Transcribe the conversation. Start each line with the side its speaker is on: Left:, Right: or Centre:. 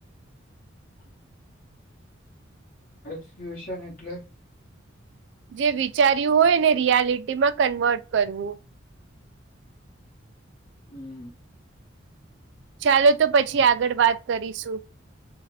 Left: હ એક્સક્યુશન એટલે
Right: જે વિચાર્યું હોય ને રિયાલિટી માં કન્વર્ટ કરવું
Left: હમ
Right: ચાલો તો પછી આગળ વાત કરીશું